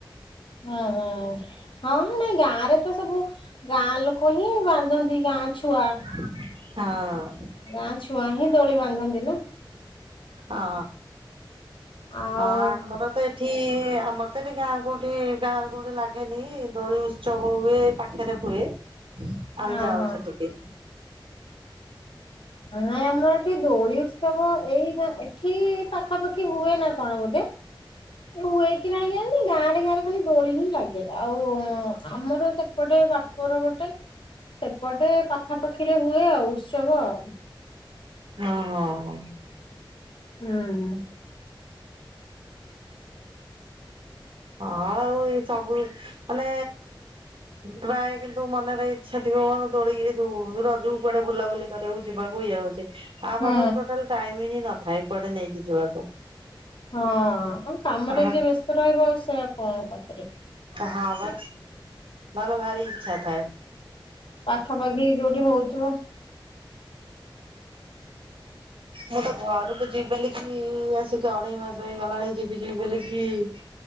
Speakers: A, on the left; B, on the right.
A: ହୁଁ ହୁଁ ହଁ ନାଇଁ ଗାଁରେ ତ ସବୁ ଗାଁ ଲୋକ ହିଁ ବାନ୍ଧନ୍ତି ଗାଁ ଛୁଆ।
B: ହଁ।
A: ଗାଁ ଛୁଆ ହିଁ ଦୋଳି ବାନ୍ଧନ୍ତି ନା।
B: ହଁ
A: ଆଉ
B: ହଁ ଆମର ତ ଏ ଏଠି ଆମର ତ ଏଠି ଗାଁ କୋଉଠି ଗାଁରେ କୋଉଠି ଲାଗେନି ଦୋଳି ଉତ୍ସବ ହୁଏ ପାଖରେ ହୁଏ। ଆମେ
A: ହଁ
B: ଯାଉ
A: ହଁ
B: ସେଠିକି।
A: ନାଇ ଆମର ଏଠି ଦୋଳି ଉତ୍ସବ ଏଇନା ଏଠି ପାଖାପାଖି ହୁଏ ନା କଣ ବୋଧେ? ହୁଏ କିି ନାଇଁ ଜାଣିନି ଗାଁ ରେ ଗାଁରେ ଖାଲି ଦୋଳି ହିଁ ଲାଗେ ଆଉ ଆମର ସେ ସେପଟେ ବାପର ପଟେ ସେପଟେ ପାଖାପାଖିରେ ହୁଏ ଆଉ ଉତ୍ସବ ଆଉ।
B: ହଁ ହଁ ହୋଉ।
A: ହୁଁ।
B: ହଁ ଆଉ ଏ ସବୁ ମାନେ ପ୍ରାୟ କିନ୍ତୁ ମନରେ ଇଚ୍ଛା ଥିବ କଣ ଦୋଳିକି ଯୋଉ ରଜକୁ କୁଆଡେ ବୁଲାବୁଲି କୁ ଯିବାକୁ ଇଏ ହଉଛି ଆଉ
A: ହୁଁ
B: ବାବା ଟୋଟାଲ ଟାଇମ ହିଁ ନଥାଏ କୁଆଡେ ନେଇକି ଯିବାକୁ।
A: ହଁ କାମରେ
B: ହଁ
A: ଯିଏ ବ୍ୟସ୍ତ ରହିବ ଆଉ ସେ କଣ କରିପାରିବ।
B: ହଁ ବା ନହେଲେ ଭାରି ଇଚ୍ଛା ଥାଏ।
A: ପାଖାପାଖି ଯୋଉଠି ହଉଥିବ।
B: ମୁଁ ତ ଘରକୁ ଯିବିଲି କି ଆସିକି ଅଡେଇମାସ ହେଇଗଲାଣି ଯିବି ଯିବି ବୋଲି କି ଏ